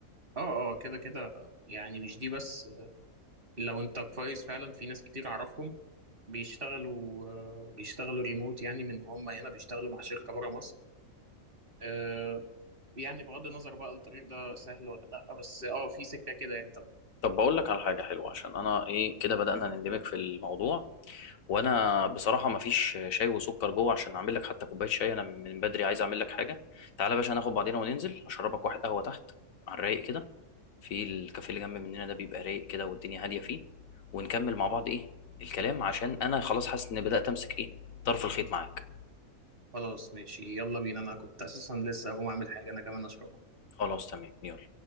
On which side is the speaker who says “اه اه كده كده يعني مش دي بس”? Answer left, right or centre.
Right